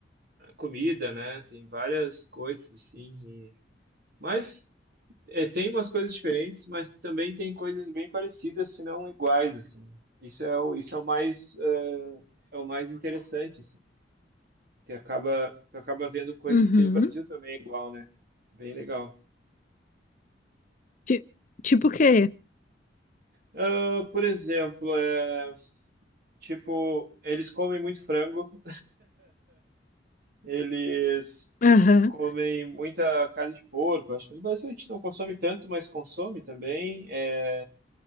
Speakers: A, on the right (about 55°); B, on the left (about 45°).
A: a comida, né? Tem várias coisas assim, e- mas é, tem umas coisas diferentes, mas também tem coisas bem parecidas, se não iguais assim. Isso é o, isso é o mais eh, é, o mais interessante assim, que acaba tu acaba vendo coisas
B: Uhum.
A: que no Brasil também é igual, né? É Bem legal.
B: Ti- Tipo o quê?
A: Ah, por exemplo, é, tipo, eles comem muito frango. Eles
B: Aham.
A: comem muita carne de porco. Acho que no Brasil a gente não consome tanto, mas consome também. É,